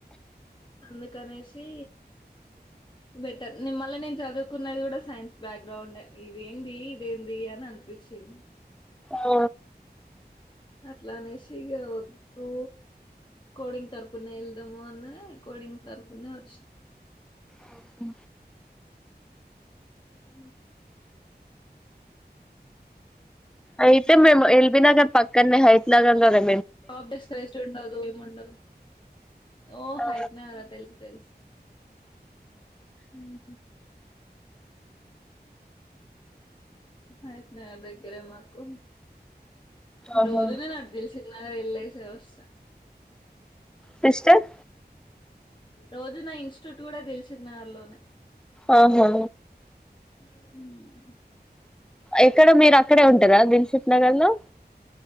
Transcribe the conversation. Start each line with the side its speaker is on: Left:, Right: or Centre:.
Left: అందుకనేసి బెటర్ నిమళ్ళ నేను చదువుకున్నది కూడా సైన్స్ బ్యాగ్రౌండ్ ఇదేంది ఇదేంది అని అనిపి షిన్
Centre: ఆ
Left: అట్లా అనేసి ఇగా వద్దు కోడింగ్ తరపునే వెళ్దాము అని కోడింగ్ తరపునే వచ్చి న్
Centre: అవును
Left: ఉ
Centre: అయితే మేమ్ ఇ ల్ బి నగర్ పక్కనే హయిత్ నగర్ లోనే
Left: ఆబ్డెస్స్ రెస్ట్ ఉండదు ఎమ్ ఉండదు ఓ
Centre: ఆ
Left: ఆయిత్నేగరా తెలుసు తెలుసు ఉహు అయితేనగర్ దగ్గరే మాకు
Centre: ఆహా
Left: రోజునే నా అటు దిల్ సుఖ్ నగర్ వేళ్ళేసి వస్తా
Centre: సిస్టర్
Left: రోజు నా ఇన్స్టిట్యూట్ కూడా దిల్ సుఖ్నగర్ లోనే
Centre: ఆహా
Left: మ్
Centre: ఎక్కడ మీరు అక్కడే ఉంటరా దిల్ సుఖ్ నగర్ లో